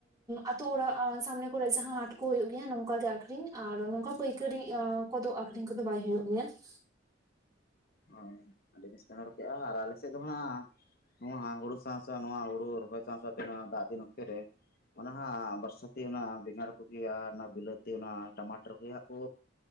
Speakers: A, on the right; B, on the left.
A: ᱟᱛᱳ ᱚᱲᱟᱜ ᱥᱟᱢᱱᱮ ᱠᱚᱨᱮ ᱡᱟᱦᱟᱸ ᱦᱟᱴ ᱠᱚ ᱦᱩᱭᱩᱜ ᱜᱮᱭᱟ ᱱᱚᱝᱠᱟ ᱜᱮ ᱟᱠᱷᱨᱤᱧ ᱟᱨ ᱱᱚᱝᱠᱟ ᱯᱟᱹᱭᱠᱟᱹᱨᱤ ᱠᱚᱫᱚ ᱟᱠᱷᱨᱤᱧ ᱠᱚᱫᱚ ᱵᱟᱭ ᱦᱩᱭᱩᱜ ᱜᱮᱭᱟ ᱾
B: ᱦᱳᱭ ᱟᱹᱰᱤ ᱵᱮᱥ ᱯᱮ ᱩᱰᱚᱠᱮᱜ-ᱟ ᱟᱨ ᱟᱞᱮ ᱥᱮᱫ ᱫᱚ ᱦᱟᱜ ᱱᱚᱣᱟ ᱦᱩᱲᱩ ᱥᱟᱶ ᱥᱟᱶ ᱱᱚᱣᱟ ᱦᱩᱲᱩ ᱨᱚᱦᱚᱭ ᱥᱟᱶ ᱥᱟᱶᱟᱛᱮ ᱦᱟᱜ ᱫᱟᱜ ᱫᱤᱱ ᱚᱠᱛᱮ ᱨᱮ ᱚᱱᱟ ᱦᱟᱸ ᱵᱚᱨᱥᱟᱛᱮ ᱚᱱᱟ ᱵᱮᱸᱜᱟᱲ ᱠᱚᱜᱮ ᱟᱨ ᱚᱱᱟ ᱵᱤᱞᱟᱹᱛᱤ ᱚᱱᱟ ᱴᱟᱢᱟᱴᱚᱨ ᱜᱮ ᱦᱟᱸᱜ ᱠᱚ